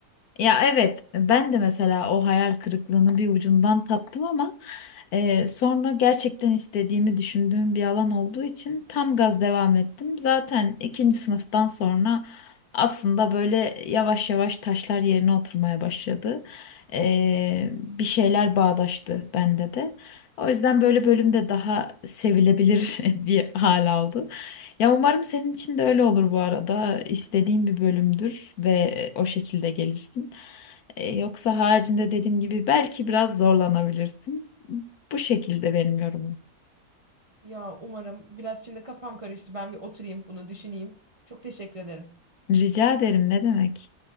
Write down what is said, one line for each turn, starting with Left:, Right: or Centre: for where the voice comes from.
Left: Ya evet ben de mesela o hayal kırıklığını bir ucundan tattım ama e, sonra gerçekten istediğimi düşündüğüm bir alan olduğu için tam gaz devam ettim. Zaten ikinci sınıftan sonra aslında böyle yavaş yavaş taşlar yerine oturmaya başladı. E, bir şeyler bağdaştı bende de. O yüzden böyle bölümde daha sevilebilir <laughs> bir hal aldı. Ya umarım senin için de öyle olur bu arada. İstediğin bir bölümdür ve e, o şekilde gelirsin. E, yoksa haricinde dediğim gibi belki biraz zorlanabilirsin. Bu şekilde benim yorumum.
Right: Ya umarım. Biraz şimdi kafam karıştı. Ben bir oturayım bunu düşüneyim. Çok teşekkür ederim.
Left: Rica ederim ne demek?